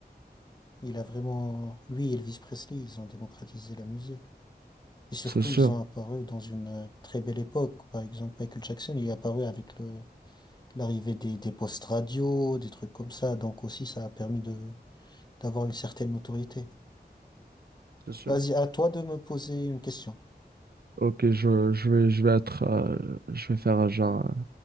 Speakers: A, on the left (about 25°); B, on the right (about 65°).
A: Il a vraiment, lui et Elvis Presley, ils ont démocratisé la musique. Et surtout,
B: C'est sûr,
A: ils ont apparu dans une euh, très belle époque. Par exemple, Michael Jackson, il est apparu avec le, l'arrivée des, des postes radio, des trucs comme ça. Donc aussi, ça a permis de, d'avoir une certaine notoriété.
B: c'est sûr.
A: Vas-y, à toi de me poser une question.
B: Ok, je, je vais, je vais être, euh, je vais faire un genre, euh,